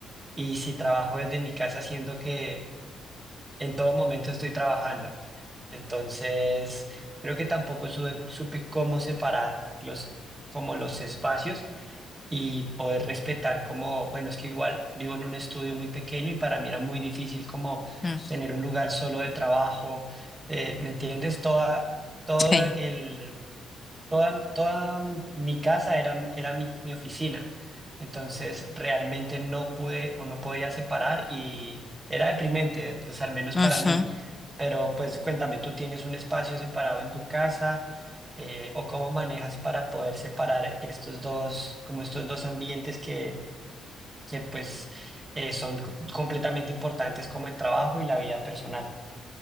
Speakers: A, on the right; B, on the left.
A: Y si trabajo desde mi casa, siento que en todo momento estoy trabajando. Entonces, creo que tampoco supe, supe cómo separar los, como los espacios y poder respetar como, bueno, es que igual vivo en un estudio muy pequeño y para mí era muy difícil como
B: Mm,
A: tener un lugar solo de trabajo, eh, ¿me entiendes? Toda, todo
B: sí.
A: el, Toda, toda mi casa era, era mi, mi oficina. Entonces realmente no pude o no podía separar y era deprimente, pues al menos
B: Ujú.
A: para mí. Pero pues cuéntame, ¿tú tienes un espacio separado en tu casa eh, o cómo manejas para poder separar estos dos, como estos dos ambientes que, que pues eh, son co- completamente importantes como el trabajo y la vida personal?